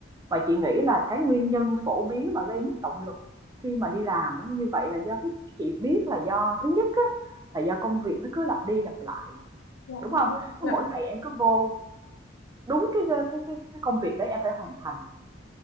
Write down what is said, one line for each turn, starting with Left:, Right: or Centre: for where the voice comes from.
Right: và chị nghĩ là cái nguyên nhân phổ biến mà gây mất động lực khi mà đi làm á, như vậy là do cái chị biết là do thứ nhất á, là do công việc nó cứ lặp đi lặp lại,
Left: dạ,
Right: đúng
Left: đúng
Right: không?
Left: rồi.
Right: Cái
Left: Dạ.
Right: mỗi ngày em cứ vô đúng cái cái cái cái công việc đấy em phải hoàn thành